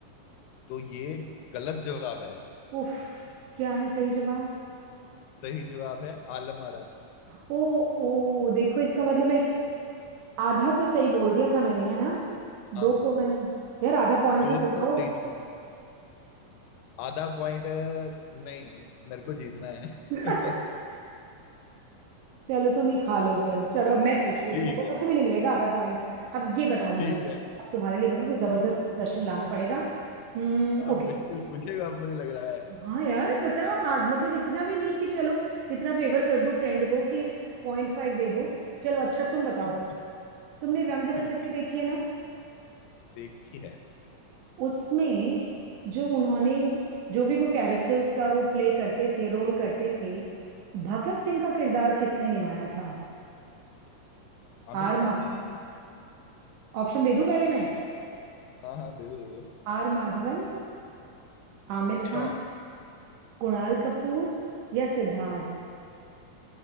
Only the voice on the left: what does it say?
तो ये गलत जवाब है
सही जवाब है आलम आरा
हाँ
दो
तो
सही चूंगी आधा पॉइंट नहीं मेरे को जीतना है
<laughs>
ठीक
है
ठीक है
आप
मुश्किल पूछेगा मुझे लग रहा है
<laughs>
ठीक
है
देखी है
आमिर
खान
ने नहीं, नहीं
हाँ हाँ दे दो दे दो
अच्छा